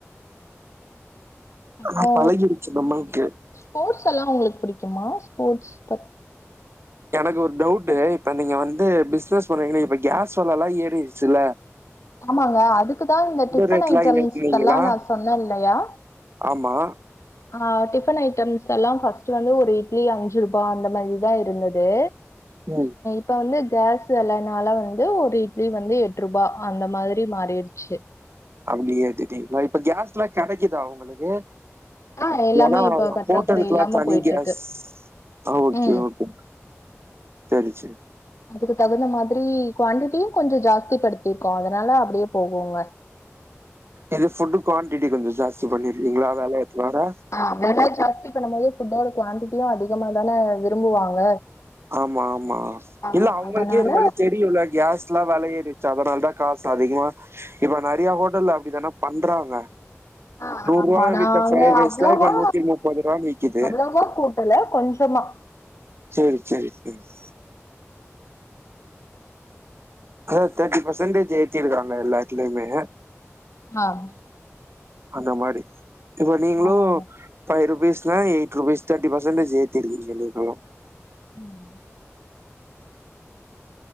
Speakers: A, on the left (about 70°); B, on the right (about 55°).
A: இப்போ
B: அ பழகிடுச்சு நம்மளுக்கு
A: ஸ்போர்ட்ஸ் எல்லா உங்களுக்கு புடிக்குமா ஸ்போர்ட் பத்
B: எனக்கு ஒரு டவுட் இப்ப நீங்க வந்து பிசினஸ் பண்றீங்கன்னா இப்ப கேஸ் விலை எல்லா ஏறிருச்சுல்ல
A: ஆமாங்க அதுக்குதா இந்த டிஃபன்
B: ரேட்லா
A: ஐட்டம்ஸ்
B: ஏத்துனீங்களா
A: கல்லா நா சொன்னல்லையா
B: ஆமா
A: ஆ டிஃபன் ஐட்டம்ஸ் எல்லா ஃபஸ்ட்டு வந்து ஒரு இட்லி அஞ்சு ரூபா அந்த மாதிதா இருந்தது
B: உ
A: ப்ப வந்து கேல்ஸ் வெல னால வந்து ஒரு இட்லி வந்து எட்ரூபா அந்த மாதிரி மாறிர்ச்சு
B: அப்டியே திடி நா இப்ப கேஸ்லா கடைக்கிதா உங்களுக்கு
A: ஆ எல்லாமே
B: ஏன்னா
A: இப்ப பற்றாக்குறை
B: ஹோட்டல்க்ளா
A: இல்லாம
B: தணி
A: போயிட்டுருக்கு.
B: கேஸ் அ ஓகே
A: ம்.
B: ஒகேங் தெரி ச்சே
A: அதுக்கு தகுந்த மாத்ரி க்வான்ட்டிட்டியு கொஞ்ச ஜாஸ்தி படுத்திர்க்கோ அதனால அப்டியே போகுங்க
B: எது ஃபுட்டு் க்வான்டிட்டி கொஞ்சோ ஜாஸ்தி பண்ணிர்க்கீங்ளா வேல ஏத்துனால
A: அ வில ஜாஸ்தி பண்ணும்போது ஃபுட்டோட க்வான்டிட்டியு அதிகமாதான விரும்புவாங்க
B: ஆமா ஆமா
A: ஆ
B: இல்ல அவ்ங்கள்க்கே
A: அதனால
B: இருந்தாலு தெரியுல்ல கேஸ் ல்லா வில ஏறிர்ச்சு அதனால் தா காஸ் அதிகமா இப்ப நறியா ஹோட்டல்ல அப்டித்தான பண்றாங்க
A: ஆ
B: நூற்வால்லா
A: ஆமா நாங்க
B: வி்த்த ப்ரைட் ரைஸ்லா
A: அவ்வளவா
B: இப்ப நூத்தி முப்பத் ரூவான் விக்கிது
A: அவ்வளவா கூட்டல கொஞ்சமா
B: ச்சேரி ச்சேரி ஃப்ரண்ஸ் ஹா தேட்டி பர்சன்டேஜ் ஏத்திருக்காங்க எல்லாத்துலயுமே
A: மாம்
B: அந்த மாறி இப்ப நீங்ளு
A: ஆமாங்க
B: பை ருபீஸ்னா எய்ட் ருபீஸ் தேட்டி பர்சன்டேஜ் ஏத்திருக்கீங்க நீங்களு
A: உம்